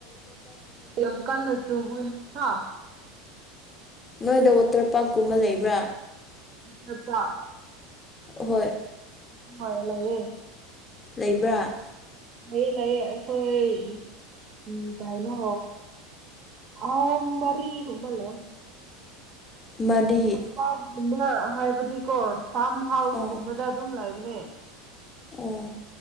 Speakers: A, on the right; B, on the left.
A: ꯃꯅ ꯀꯥꯟꯅ ꯇꯨ ꯍꯥ
B: ꯅꯣꯏꯗ ꯋꯥꯇꯔ ꯄꯥꯔꯛꯀꯨꯝꯕ ꯂꯩꯕ꯭ꯔꯥ
A: ꯑꯆꯥ ꯑꯆꯥ
B: ꯍꯣꯏ
A: ꯍ ꯂꯔꯦ
B: ꯂꯩꯕ꯭ꯔꯥ
A: ꯂꯩꯌꯦ ꯂꯩꯌꯦ ꯑꯩꯈꯣꯏ ꯎꯝ ꯚꯥꯏꯅꯣ ꯑ ꯃꯔꯤ ꯀꯕꯜꯂ
B: ꯃꯔꯤ
A: ꯄꯥꯒꯨꯝꯕ ꯍꯥꯏꯕꯗꯤꯀꯣ ꯐꯥꯔꯝ ꯍꯥꯎꯁꯀꯨꯝꯕꯗ
B: ꯑꯣ
A: ꯑꯗꯨꯝ ꯂꯩꯕꯅꯦ
B: ꯑꯣ